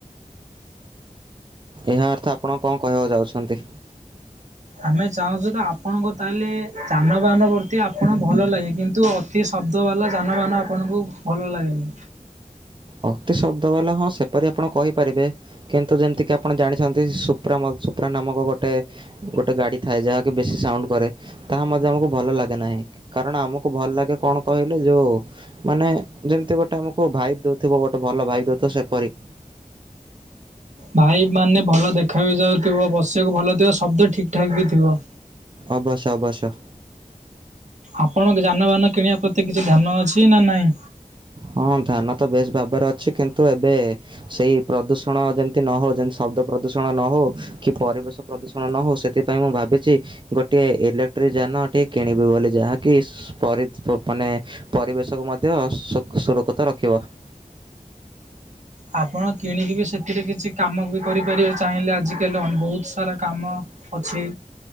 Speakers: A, on the right (about 35°); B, on the right (about 55°).
A: ଏହା ଅର୍ଥ ଆପଣ କଣ କହିବାକୁ ଯାଉଛନ୍ତି?
B: ଆମେ ଚାହୁଁଛୁ ତ ଆପଣଙ୍କୁ ତାହେଲେ ଯାନବାହାନ କର ଅତି ଆପଣ ଭଲ ଲାଗେ କିନ୍ତୁ ଅତି ଶବ୍ଦବାଲା ଯାନବାହାନ ଆପଣଙ୍କୁ ଭଲ ଲାଗେନି,
A: ଅତି ଶବ୍ଦ ବାଲା ହଁ ସେପରି ଆପଣ କହିପାରିବେ, କିନ୍ତୁ ଯେମିତିକି ଆପଣ ଜାଣିଛନ୍ତି ସୁପ୍ରା ସୁପ୍ରା ନାମକ ଗୋଟେ ଗୋଟେ ଗାଡି ଥାଏ ଯାହକି ବେଶୀ ସାଉଣ୍ଡ କରେ ତାହା ମଧ୍ୟ ଆମକୁ ଭଲ ଲାଗେ ନାହିଁ, କାରଣ ଆମକୁ ଭଲ ଲାଗେ କଣ କହିଲୁ ଯୋଉ ମାନେ ଯେମିତି ଗୋଟେ ଆମକୁ ଭାଇଭ ଦଉଥିବ ଗୋଟେ ଭଲ ଭାଇଭ ଦଉଥିବ ସେପରି,
B: ଭାଇଭ ମାନେ ଭଲ ଦେଖା ବି ଯାଉଥିବ ବସିବାକୁ ଭଲ ଥିବ ଶବ୍ଦ ଠିକ୍ ଠାକ୍ ବି ଥିବ।
A: ଅବଶ ଅବଶ।
B: ଆପଣଙ୍କ ଯାନବାହାନ କିଣିବା ପ୍ରତି କିଛି ଧ୍ୟାନ ଅଛି ନା ନାହିଁ?
A: ହଁ ଧାନ ତ ବେଶ ଭାବରେ ଅଛି କିନ୍ତୁ ଏବେ ସେଇ ପ୍ରଦୂଷଣ ଯେମିତି ନ ହଉ ଯେମତି ଶବ୍ଦ ପ୍ରଦୂଷଣ ନ ହଉ, କି ପରିବେଶ ପ୍ରଦୂଷଣ ନ ହଉ ସେଥିପ ପାଇଁ ମୁଁ ଭାବିଛି ଗୋଟିଏ ଇଲେକ୍ଟ୍ରିକ ଯାନ ଟିଏ କିଣିବି ବୋଲି ଯାହାକି- ସ୍ପ ମାନେ ପରିବେଶକୁ ମଧ୍ୟ ସୁ ସୁରୁକତ ରଖିବ।
B: ଆପଣ କିଣିକି ବି ସେଥିରେ କିଛି କାମ ବି କରିପାରିବେ ଚାହିଁଲେ ଆଜିକାଲି ଅ ବହୁତ ସାରା କାମ। ଅଛି।